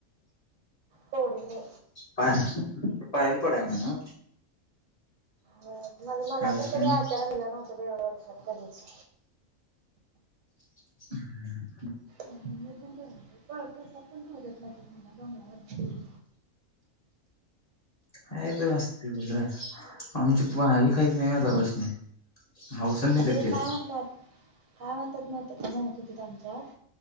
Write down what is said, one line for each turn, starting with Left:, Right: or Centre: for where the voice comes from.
Right: पोरीनी.
Left: पाया पाया बी पडाय ना नो.
Right: होय म मला
Left: असंच
Right: तर
Left: काय
Right: कधी
Left: नाही
Right: आचारण दिलं नव्हतं बाई वर्षात कधीच.
Left: <inaudible>
Right: मी पण का परतसात पण खाउदेत नवती. डोगरा वरची देवी
Left: का बर असतुस गुजरा. आमची हे खाहीच नाही होय आता पसन. हाउस. देतिला.
Right: ते काय म्हणतात काय म्हणतात माहीत का? म्हणत होतीत आमचत